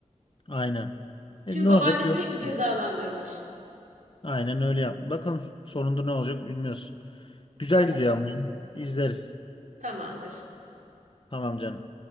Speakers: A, on the left (about 40°); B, on the right (about 85°).
A: Aynen.
B: Çünkü
A: E, ne
B: babaanne
A: olacak?
B: sürekli
A: Göreceğiz.
B: cezalandırmış.
A: Aynen öyle yap. Bakalım sonunda ne olacak bilmiyoruz. Güzel
B: Bakalım.
A: gidiyor ama. İzleriz.
B: Tamamdır.
A: Tamam canım.